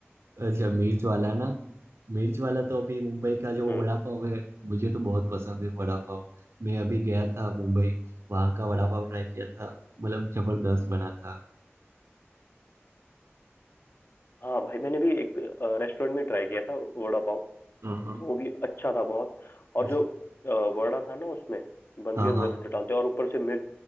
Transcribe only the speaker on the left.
हम्म
हाँ भाई मैंने भी एक रेस्टोरेंट में ट्राई किया था वड़ा पाव
वो भी अच्छा था बहुत और
जो अ, वड़ा था ना उसमें बंद
के अंदर
जो डालते हैं और ऊपर से मिर्च